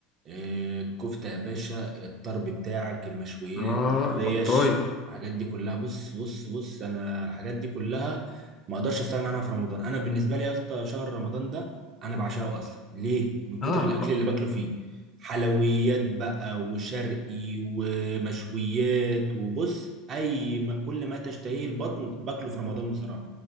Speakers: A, on the right; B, on the left.
A: آه، الكفتة يا باشا الطرب بتاعك المشويات
B: اه
A: الريش
B: البطايه
A: الحاجات دي كلها بص بص بص أنا الحاجات دي كلها ما أقدرش أستغنى عنها في رمضان أنا بالنسبة لي يا اسطى شهر رمضان ده أنا بعشقه أصلا ليه؟ من كتر
B: اه
A: الأكل اللي باكله فيه حلويات بقى وشرقي ومشويات وبص أي ما كل ما تشتهيه البطن باكله في رمضان بصراحة